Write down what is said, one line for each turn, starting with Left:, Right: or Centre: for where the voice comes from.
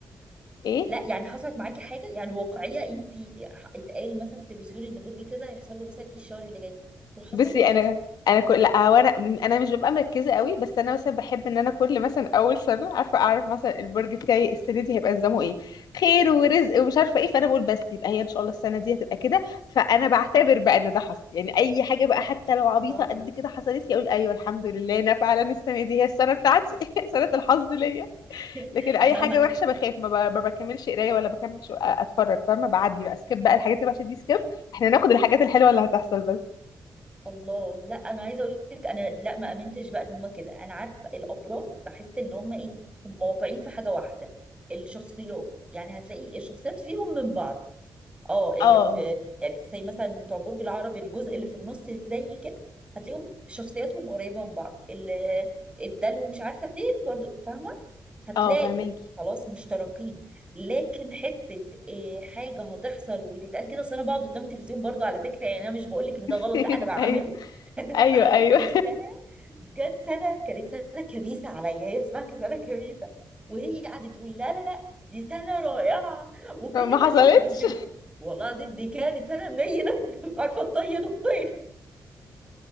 Left: ايه
Right: لا يعني حصلت معاكي حاجه يعني واقعيه انت اتقال مثلا في التلفزيون ان برج كذا هيحصل له مثلا ايه الشهر اللي جاي وحصلت
Left: بصي انا انا كل لا هو انا م- انا مش ببقى مركزه قوي بس انا مثلا بحب ان انا كل مثلا اول سنه عارفه اعرف مثلا البرج بتاعي السنه دي هيبقى نظامه ايه خير ورزق ومش عارفه ايه فانا بقول بس يبقى هي ان شاء الله السنه دي هتبقى كده فانا بعتبر بقى ان ده حصل يعني اي حاجه بقى حتى لو عبيطه
Right: الله عليكي
Left: قد كده حصلت لي اقول ايوه الحمد لله انا فعلا السنه دي هي السنه بتاعتي <laughs> سنه الحظ ليا
Right: <laughs>
Left: لكن اي
Right: لا
Left: حاجه وحشه بخاف ما, ب... ما بكملش قرايه ولا بكملش اتفرج فاهمه بعدي بقى سكيب بقى الحاجات الوحشه دي سكيب احنا ناخد الحاجات الحلوه اللي هتحصل بس
Right: الله لا انا عايزه اقول لك انا لا ما امنتش بقى ان هم كده انا عارفه الابراج بحس ان هم ايه هم واقعين في حاجه واحده الشخصيات يعني هتلاقي الشخصيات فيهم من بعض اه اللي
Left: اه
Right: في يعني زي مثلا بتوع برج العقرب الجزء اللي في النص زي كده هتلاقيهم شخصياتهم قريبه من بعض اللي الدلو مش عارفه فين برضو فاهمه هتلاقي
Left: اه فهماكي
Right: خلاص مشتركين لكن حته إيه حاجه هتحصل وتتقال كده اصل انا بقعد قدام التلفزيون برضو على فكره يعني انا مش بقول لك ان ده
Left: <laughs>
Right: غلط لا انا بعمله
Left: ايوه
Right: <laughs>
Left: ايوه ايوه
Right: بس انا جت سنه كانت سنه كبيسه عليا هي اسمها سنه كبيسه وهي قعدت تقول لا لا لا دي سنه رائعه وكل
Left: <laughs> ما حصلتش
Right: ما اقلب التلفزيون والله العظيم دي كانت سنه منينه <laughs> عارفه تطير الطير <laughs>